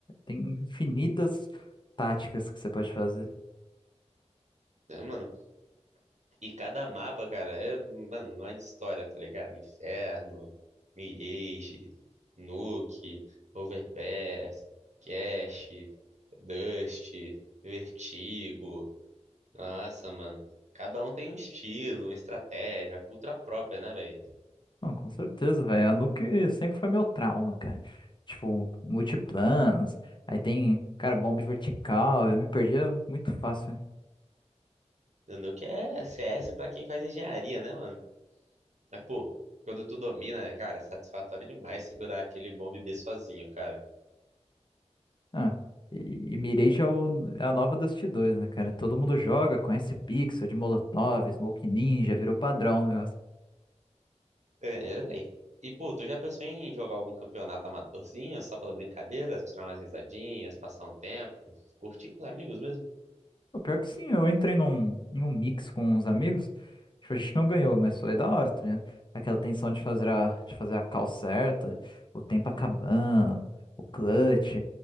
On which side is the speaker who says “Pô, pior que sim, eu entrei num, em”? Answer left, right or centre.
Left